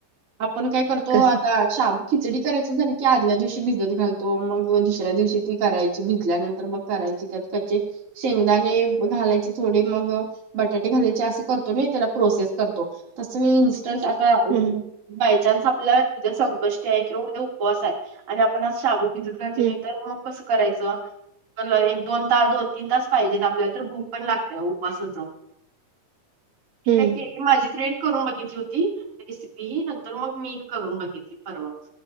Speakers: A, on the right; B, on the right.
A: आपण काय करतो
B: कसं?
A: आता शाब खिचडी करायच झाली की आदल्या दिवशी भिजत घालतो मग दुसऱ्या दिवशी ती करायची भिजल्यानंतर मग करायची त्यात कच्चे शेंगदाणे घालायचे थोडे मग बटाटे घालायचे असे करतो ना त्याला प्रोसेस करतो. तस मी इन्स्टंट आता
B: हं, हं.
A: बाय चान्स आपल्याला उद्या संकष्टी आहे किंवा उद्या उपवास आहे आणि आपण आज शाबू भिजत घातली
B: हं,
A: नाही तर मग कसं करायचं. कल एक दोन तास दोन तीन तास पाहिजेत आपल्याला तर भूक पण लागतय उपासाच.
B: हं.
A: काय के माझी फ्रेंड करून बघितली होती. रेसिपी नंतर मग मी करून बघितली परवा